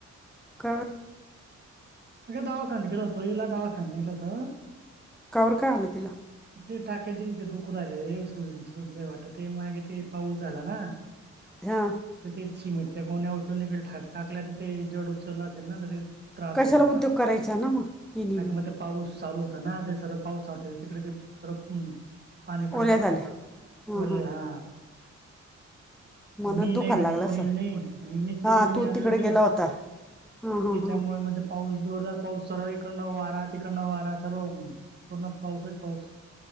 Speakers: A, in the centre; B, on the right.
A: काय ब
B: माग दावा खान ग केला तो इईला दावा खांला त
A: कावर काय आलं तिला
B: ते टाक्याचे तिथे दुकूर आलेज सुजले वाटत ते मागे ते पाऊस झाला ना
A: हा
B: तर ते शिमेटच्या गोन्या उचलून इकडेा टाकल्या तर ते जड उचललं असेल ना तर ते त्रास
A: कशाला
B: होऊ राहिला
A: उद्योग करायचा ना मग हिने
B: ह
A: बी
B: का मग ते पाऊस चालू होता ना ते सर्व पाऊसठ तिकडे ते सर्व पाणी
A: ओल्या
B: पडत होत
A: झाल्या हां
B: बल्ले
A: हां
B: हा
A: म्हणून
B: मी
A: दुखायला
B: नाही घरी
A: लागलं
B: कोणी
A: असेल
B: नाही आणि मिस्तरी
A: हां
B: बी नाही
A: तू
B: आले
A: तिकडे
B: होते
A: गेला होता हां हां
B: त्याच्यामुळे
A: हां
B: मणज पाऊस जोरदार पाऊस सर्व इकडनं वारा तिकडनं वारा सर्व पूर्ण पाऊसच पाऊस